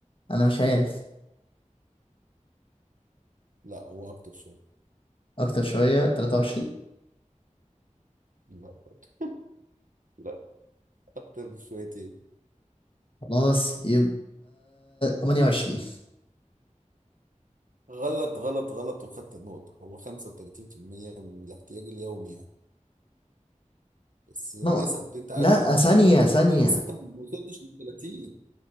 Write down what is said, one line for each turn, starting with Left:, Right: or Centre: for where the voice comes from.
Left: انا مش عارف
Right: لا هو أكتر شوية
Left: اكتر شوية 23
Right: لا برضه لا أكتر بشويتين
Left: خلاص يبقى 28
Right: غلط غلط غلط وخدت النقطة هو خمسة وتلاتين في المية من الاحتياج اليومي يعني بس النسب
Left: نو-
Right: دي أنت عارف
Left: لا
Right: إن هي ما
Left: ثانية
Right: بتبقاش دقيقة
Left: ثانية
Right: أوي بس أنت ما وصلتش لل 30